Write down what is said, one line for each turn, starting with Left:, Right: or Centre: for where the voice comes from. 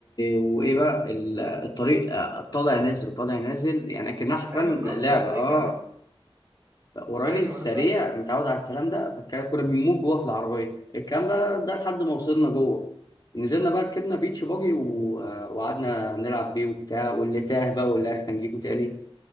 Left: وإيه بقى ال- الطريق آه، طالع نازل طالع نازل يعني كأنها حرفيا
Right: ايوه متكسر
Left: لعبة
Right: طريق
Left: أه
Right: جبلي
Left: وراجل
Right: ايوه
Left: سريع
Right: انا فاهم
Left: متعود على الكلام ده فكان- كنا بنموت جوه في العربيه الكلام بقى ده لحد ما وصلنا جوه نزلنا بقى ركبنا بيتش باجي و- وقعدنا نلعب بيه وبتاع واللي تاه بقى واللي عرف هنجيبه تاني